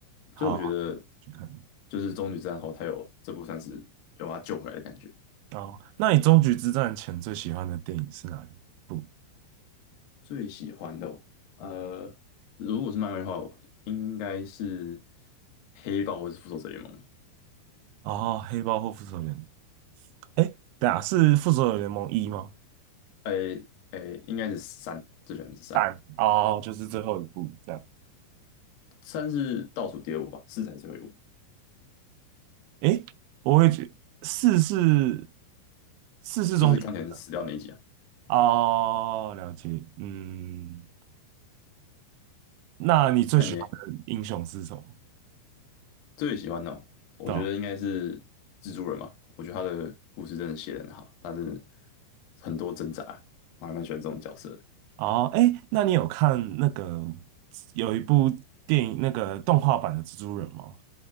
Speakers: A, on the right (about 85°); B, on the left (about 65°).
A: 好，
B: 就是我觉得
A: 去看。
B: 就是终局之战后，他有这部算是有把他救回来的感觉。
A: 哦，那你终局之战前最喜欢的电影是哪一部？
B: 最喜欢的哦呃，如果是漫威的话，我应该是黑豹或是复仇者联盟。
A: 哦，黑豹或复仇者联盟？哎，等下是复仇者联盟一吗？
B: 诶诶，应该是三，这选的是三，
A: 蛋哦，就是最后一部这样。
B: 三是倒数第二部吧，四才是最后一部，
A: 诶，我会觉四是四是中学生的
B: 就是钢铁人死掉那一集啊。
A: 哦，了解，嗯，那你最喜欢的英雄是什么？
B: 那你呢最喜欢的哦？我觉得应该是蜘蛛人嘛，
A: 对吧
B: 我觉得他的故事真的写得很好，但是很多挣扎，我还蛮喜欢这种角色的
A: 哦，诶，那你有看那个有一部电影那个动画版的蜘蛛人吗？